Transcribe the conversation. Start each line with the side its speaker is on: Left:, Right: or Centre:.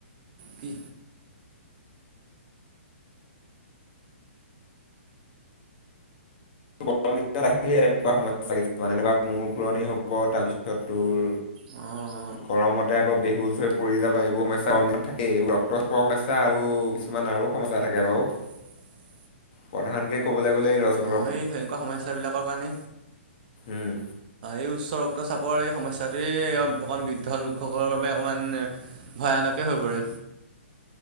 Right: কি?
Left: ৰ আহিলে এনেকুৱা সমস্যা কিছমান এ মোৰ ঘূুৰণি হ'ব তাৰপিছত তোৰ
Right: অ'।
Left: গৰমতে আকৌ বেহুচ হৈ পৰি যাব এইবোৰ সমস্যা মম্ত থাকেই এই ৰক্তচপ সমস্যা আৰু কিছুমান আৰু সমস্যা থাকে বাৰু।
Right: <unintelligible>
Left: প্ৰধান কে ক'বলৈ গ'লে এই ৰ
Right: অ', সেই সনেকুৱা সমস্যাবিলাকৰ কাৰণে
Left: উম
Right: এই উচ্চ ৰক্ত চাপ ৰ এই সমস্টোৱে অকণমান বৃদ্ধ লোকসকলৰ বাবে অকণমান ভয়ানকে হৈ পৰে।